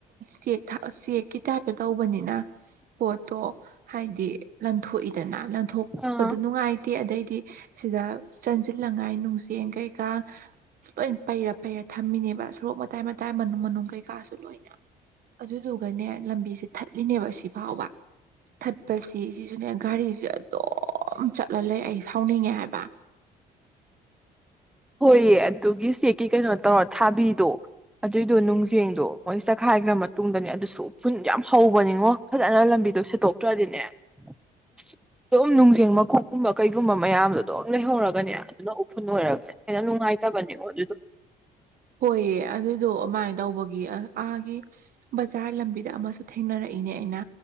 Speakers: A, on the right; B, in the centre.
A: ꯆꯦꯛ ꯊ ꯆꯦꯛꯀꯤ ꯇꯥꯏꯞ ꯇꯧꯕꯅꯤꯅ ꯄꯣꯠꯇꯣ ꯍꯥꯏꯗꯤ ꯂꯟꯊꯣꯛꯏꯗꯅ ꯊꯣꯛꯄꯗꯨ
B: ꯑꯥ
A: ꯅꯨꯡꯉꯥꯏꯇꯦ ꯑꯗꯩꯗꯤ ꯁꯤꯗ ꯆꯟꯁꯤꯜꯂ ꯉꯥꯏ ꯅꯨꯡꯖꯦꯡ ꯀꯩꯀꯥ ꯂꯣꯏ ꯄꯩꯔ ꯐꯩꯔ ꯊꯝꯃꯤꯅꯦꯕ ꯁꯣꯔꯣꯛ ꯃꯇꯥꯏ ꯃꯇꯥꯏ ꯃꯅꯨꯡ ꯃꯅꯨꯡ ꯀꯩꯀꯥꯁꯨ ꯂꯣꯏꯅ ꯑꯗꯨꯗꯨꯒꯅꯦ ꯂꯝꯕꯤꯁꯦ ꯊꯠꯂꯤꯅꯦꯕ ꯁꯤꯐꯥꯎꯕ ꯊꯠꯄꯁꯤ ꯁꯤꯁꯨꯅꯦ ꯒꯥꯔꯤꯁꯦ ꯑꯗꯨꯝ ꯆꯠꯂ ꯂꯩ ꯑꯩ ꯁꯥꯎꯅꯤꯡꯉꯦ ꯍꯥꯏꯕ
B: ꯍꯣꯏꯌꯦ ꯑꯗꯨꯒꯤ ꯆꯦꯛꯀꯤ ꯀꯩꯅꯣ ꯇꯧꯔ ꯊꯥꯕꯤꯗꯣ ꯑꯗꯨꯏꯗꯣ ꯅꯨꯡꯖꯦꯡꯗꯣ ꯃꯣꯏ ꯆꯈꯥꯏꯈ꯭ꯔ ꯃꯇꯨꯡꯗꯅꯦ ꯑꯗꯨꯁꯨ ꯎ ꯐꯨꯟ ꯌꯥꯝ ꯍꯧꯕꯅꯤꯉꯣ ꯐꯖꯅ ꯂꯝꯕꯤꯗꯣ ꯁꯦꯠꯇꯣꯛꯇ꯭ꯔꯗꯤꯅꯦ ꯁ ꯑꯗꯨꯝ ꯅꯨꯡꯖꯦꯡ ꯃꯀꯨꯞ ꯀꯨꯝꯕ ꯀꯩꯒꯨꯝꯕ ꯃꯌꯥꯝꯗꯨꯗꯣ ꯂꯩꯍꯧꯔꯒꯅꯦ ꯑꯗꯨꯅ ꯐꯨꯟ ꯑꯣꯏꯔꯒ ꯍꯦꯟꯅ ꯅꯨꯡꯉꯥꯏꯇꯕꯅꯤꯉꯣ ꯑꯗꯨꯗꯣ
A: ꯍꯣꯏꯌꯦ ꯑꯗꯨꯗꯣ ꯑꯃꯥꯏꯅ ꯇꯧꯕꯒꯤ ꯑ ꯑꯥꯒꯤ ꯕꯖꯥꯔ ꯂꯝꯕꯤꯗ ꯑꯃꯁꯨ ꯊꯦꯡꯅꯔꯛꯏꯅꯦ ꯑꯩꯅ